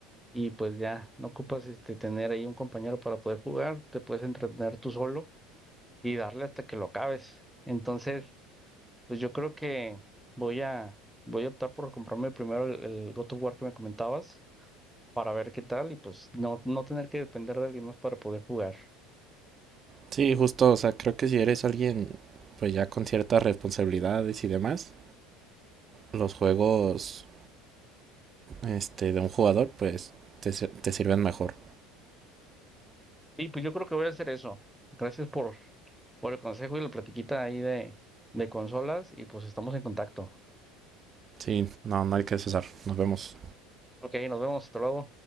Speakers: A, in the centre; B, on the right.
A: y pues ya no ocupas este, tener ahí un compañero para poder jugar, te puedes entretener tú solo y darle hasta que lo acabes. Entonces, pues yo creo que voy a, voy a optar por comprarme primero el, el God of War que me comentabas para ver qué tal y pues no, no tener que depender de alguien más para poder jugar.
B: Sí, justo, o sea, creo que si eres alguien pues ya con ciertas responsabilidades y demás, los juegos este, de un jugador, pues te, te sirven mejor.
A: Y pues yo creo que voy a hacer eso. Gracias por, por el consejo y la platiquita ahí de, de consolas y pues estamos en contacto.
B: Sí, no, no hay que cesar. Nos vemos.
A: Ok, nos vemos, hasta luego.